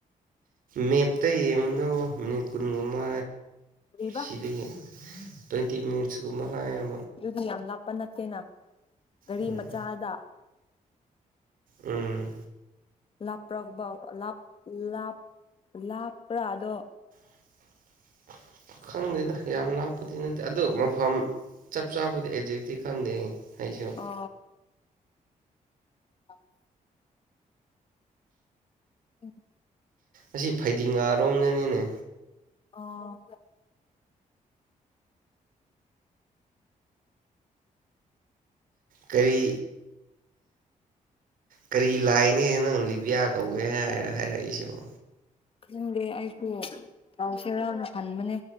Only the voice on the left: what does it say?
ꯀꯔꯤꯕ
ꯑꯗꯨꯗꯤ ꯌꯥꯝ ꯂꯥꯞꯄ ꯅꯠꯇꯦꯅ ꯒꯥꯔꯤ
ꯃꯆꯥꯗ
ꯂꯥꯞꯄ꯭ꯔꯕꯥ ꯂꯞ ꯂꯞ ꯂꯥꯞꯄ꯭ꯔꯥꯗꯣ
ꯑ <inaudible> ꯎꯝ
ꯑꯣ
ꯏꯠꯇ
ꯈꯪꯗꯦ ꯑꯩꯁꯨ ꯄꯥꯎꯁꯦꯔꯥꯎꯅ ꯍꯟꯕꯅꯦ